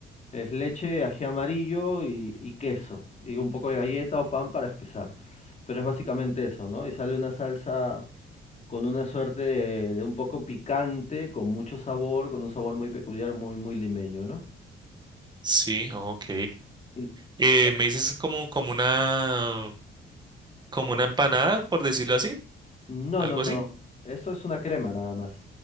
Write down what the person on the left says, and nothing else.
es leche, ají amarillo y, y queso, y un poco de galleta o pan para espesar. Pero es básicamente eso, ¿no? Y sale una salsa con una suerte de, de un poco picante, con mucho sabor, con un sabor muy peculiar, muy, muy limeño, ¿no?
Y
la-
No,
no, no.
Eso es una crema nada más.